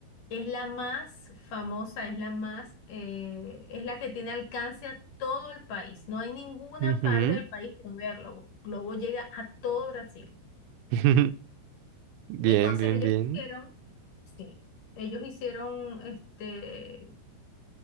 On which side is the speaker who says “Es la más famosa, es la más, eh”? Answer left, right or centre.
Left